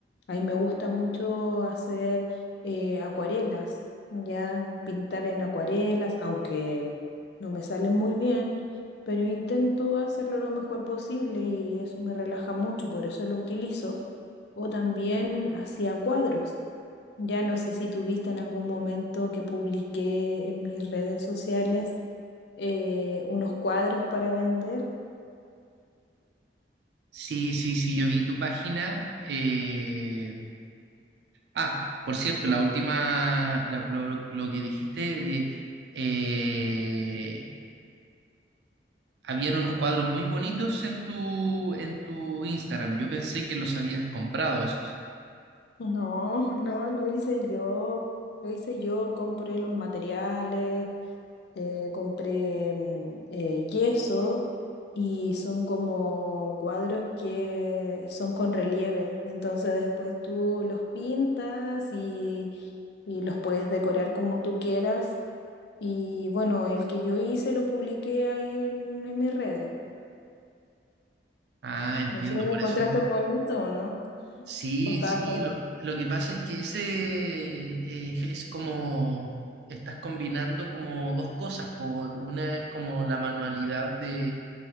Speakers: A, on the left; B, on the right.
A: Ahí me gusta mucho hacer eh, acuarelas, ya pintar en acuarelas, aunque no me salen muy bien, pero intento hacerlo lo mejor posible y eso me relaja mucho, por eso lo utilizo. O también hacía cuadros. Ya no sé si tuviste en algún momento que publiqué en mis redes sociales eh, unos cuadros para vender. <laughs>
B: Sí, sí, sí, yo vi tu página. eh, Ah, por cierto, la última, la- lo, lo que dijiste... eh, eh, Habían unos cuadros muy bonitos en tu, en tu Instagram. Yo pensé que los habías comprado esos.
A: No, no, lo hice yo. Lo hice yo, compré los materiales, eh, compré mm, eh, yeso y son como cuadros que son con relieve. Entonces después tú los pintas y, y los puedes decorar como tú quieras Y bueno, el que yo hice lo publiqué ahí en, en mis redes.
B: Ah, entiendo,
A: No sé si lo
B: por
A: encontraste
B: eso.
A: bonito o no.
B: Sí,
A: O estaba
B: sí,
A: feo.
B: lo, lo que pasa es que ese eh, es como, estás combinando como dos cosas. po. Una es como la manualidad de,